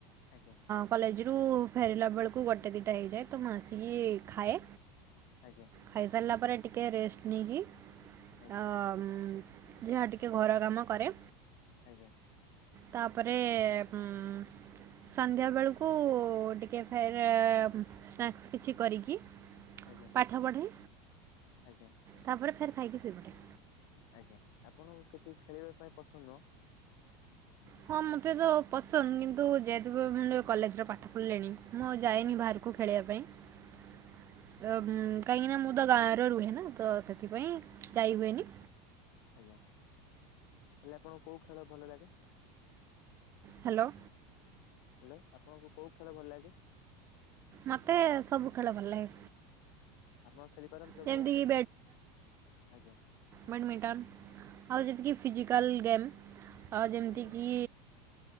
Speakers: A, on the left; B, on the right.
A: ଆଜ୍ଞା।
B: କଲେଜରୁ ଫେରିଲା ବେଳକୁ ଗୋଟେ ଦୁଇଟା ହେଇଯାଏ ତ ମୁଁ ଆସିକି ଖାଏ।
A: ଆଜ୍ଞା।
B: ଖାଇସାରିଲା ପରେ ଟିକେ ରେଷ୍ଟ ନେଇକି
A: ଆଜ୍ଞା
B: ଆମ୍ ଯାହା ଟିକେ ଘର କାମ କରେ।
A: ଆଜ୍ଞା।
B: ତାପରେ ଉଁ ସନ୍ଧ୍ୟାବେଳକୁ ଟିକେ ଫେର୍ ସ୍ନାକ୍ସ୍ କିଛି କରିକି
A: ଆଜ୍ଞା।
B: ପାଠ ପଢେ।
A: ଆଜ୍ଞା।
B: ତାପରେ ଫେର୍ ଖାଇକି ଶୋଇ ପଡେ।
A: ଆଜ୍ଞା ଆପଣଙ୍କୁ କିଛି ଖେଳିବା ପାଇଁ ପସନ୍ଦ ନୁହ।
B: ହଁ ମୋତେ ତ ପସନ୍ଦ କିନ୍ତୁ ଯେହେତୁ ମୁ କଲେଜରେ ପାଠ ପଢ଼ିଲେଣି ମୁଁ ଆଉ ଯାଏନି
A: ଆଜ୍ଞା
B: ବାହାରକୁ କୁ ଖେଳିବା ପାଇଁ ଟ
A: ଆଜ୍ଞା
B: ମୁ କାହିଁକି ନା ମୁଁ ତ ଗାଁରେ ରୁହେ ନା ତ ସେଥିପାଇଁ ଜାଇ ହୁଏନି।
A: ଆଜ୍ଞା ହେଲେ ଆପଣଙ୍କୁ କୋଉ ଖେଳ ଭଲ ଲାଗେ।
B: ହ୍ୟାଲୋ।
A: ହ୍ୟାଲୋ ଆପଣଙ୍କୁ କୋଉ ଖେଳ ଭଲ ଲାଗେ।
B: ମତେ ସବୁ ଖେଳ ଭଲ୍ ଲାଗେ।
A: ଆପଣ ଖେଳିପାରନ୍ତି ସବୁ
B: ଯେମିତିକି
A: ଖେଳ ଆଜ୍ଞା।
B: ବ୍ୟାଡ଼ମିଣ୍ଟନ ଆଉ ଯେତିକି ଫିଜିକାଲ ଗେମ୍। ଆଉ ଯେମିତିକି
A: ଆଜ୍ଞା